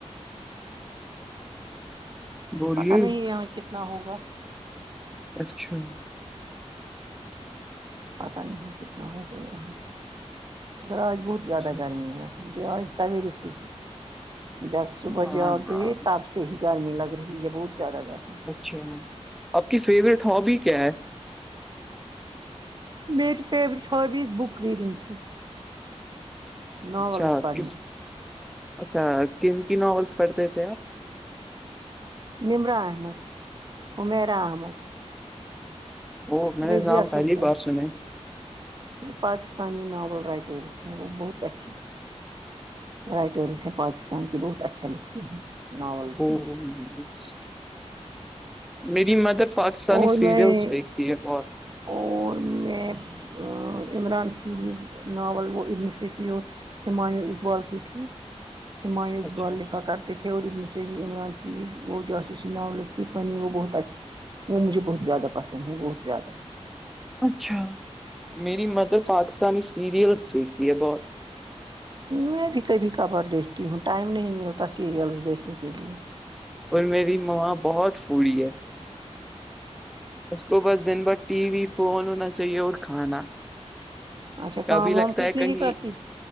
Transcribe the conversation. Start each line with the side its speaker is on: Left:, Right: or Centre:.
Centre: بولیے
Right: پتا نہیں یہاں کتنا ہوگا
Centre: اچھا
Right: پتہ نہیں کتنا ہو گیا یہاں مگر آج بہت
Centre: اچھا
Right: زیادہ گرمی ہے جوآج سویرے سے جب صبح
Centre: ہاں
Right: جاب
Centre: ہاں
Right: گئی تب سے تے ہی گرمی لگ رہی ہے بہت زیادہ گرمی
Centre: اچھا آپ کی فیوریٹ ہوبی کیا ہے
Right: میری فیورٹ ہابیز بک ریڈنگ تھی ناولس
Centre: اچھا
Right: پڑھنے
Centre: کس اچھا کن کی ناولس پڑھتے تھے آپ
Right: نمرہ احمد حمیرہ عامر
Centre: آپ وہ میں نے
Right: رضیہ
Centre: نام
Right: سلطان
Centre: پہلی بار سنے
Right: یہ پاکستانی ناول رائٹرس ہیں وہ بہت اچھی رائٹرس ہیں پاکستان کی بہت اچھا لکھتی ہیں ناولس
Centre: او
Right: میں
Centre: نائس میری مدر پاکستانی
Right: اور
Centre: سیریلس
Right: میں
Centre: دیکھتی ہے بہت
Right: اور میں عمران سیریز ناول وہ ابن صفیور ہمایوں اقبال کی تھی ہمایوں اقبال
Centre: اچھا
Right: لکھا کر تھے اور ابنصلیی عمران سیریز وہ جوسوسیی ناولس تھی فنی وہ بہت اچھی وہ مجھے بہت زیادہ پسند ہے بہت زیادہ
Centre: اچھا میری مدر پاکستانی سیریلس دیکھتی ہے بہت
Right: میں بھی کبھی کبار دیکھتی ہوں ٹائم نہیں ملتا سیریلس دیکھنے کے لیے
Centre: اور میری ماں بہت فوڈی ہے اس کو بس دن بھر ٹی وی فون ہونا چاہیے اور کھانا
Right: اچھا
Centre: کبھی
Right: کام
Centre: لگتا
Right: وام کچھ
Centre: ہے
Right: نہیں
Centre: کہیں
Right: کرتی